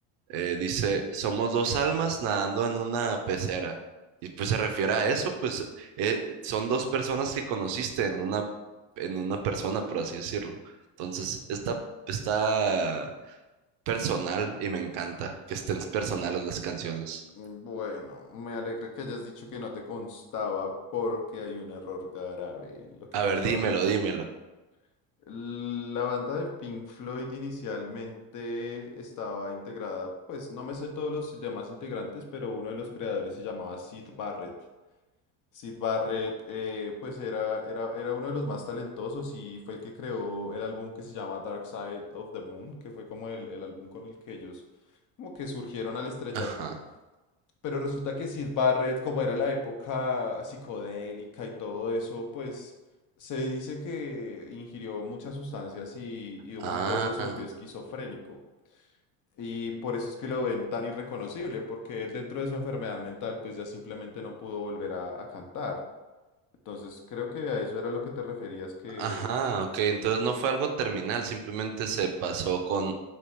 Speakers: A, on the right; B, on the left.
A: eh, dice, somos dos almas nadando en una pecera. Y pues se refiere a eso, pues eh, son dos personas que conociste en una, en una persona, por así decirlo. Entonces, está, está personal y me encanta que estén personales las canciones.
B: Mm, Bueno, me alegra que hayas dicho que no te constaba porque hay un error grave en lo que
A: A
B: me
A: ver,
B: acabas
A: dímelo,
B: de contar.
A: dímelo.
B: La banda de Pink Floyd inicialmente estaba integrada, pues no me sé todos los demás integrantes, pero uno de los creadores se llamaba Sid Barrett. Sid Barrett, eh, pues era, era, era uno de los más talentosos y fue el que creó el álbum que se llama Dark Side of the Moon, que fue como el, el álbum con el que ellos como que surgieron al estrellato.
A: Ajá.
B: Pero resulta que Sid Barrett, como era la época psicodélica y todo eso, pues se dice que ingirió muchas sustancias y, y de un
A: Ah,
B: momento a otro se volvió esquizofrénico. Y por eso es que lo ven tan irreconocible, porque él dentro de su enfermedad mental, pues ya simplemente no pudo volver a, a cantar. Entonces creo que a eso era lo que te referías, que
A: ajá, ok. Entonces no fue algo terminal, simplemente se pasó con,